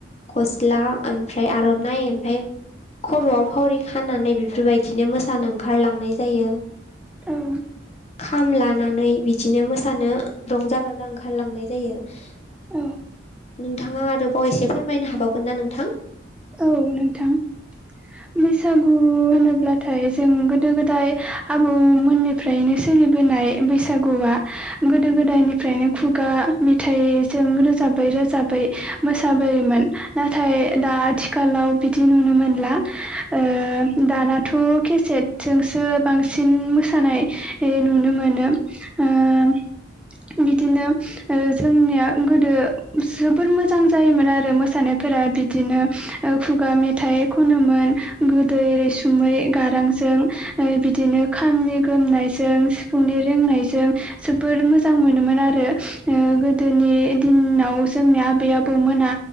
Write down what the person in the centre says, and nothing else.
औ ।
औ
औ नोंथां । बैसागु होनोब्लाथाय जों गोदो गोदाय आबौमोननिफ्रायनो सोलि सिलिबोनाय बैसागुआ गोदो गोदायनिफ्रायनो खुगा मेथाइजों रोजाब बै रोजाबै मोसाबोयोमोन नाथाय दा आथिखालाव बिदि नुनो मोनला । ओ दानाथ' केसेटजोंसो बांसिन मोसानाय नुनो मोनो । ओ बिदिनो ओ जोंनिया गोदो जोबोर मोजां जायोमोन आरो मोसानाय फोरा बिदिनो खुगा मेथाइ खनोमोन गोदै रैसुमै गारांजों ओ बिदिनो खामनि गोमनायजों सिफुंनि रिंनायजों जोबोर मोजां मोनोमोन आरो गोदोनि दिनाव जोंनि आबै आबौमोना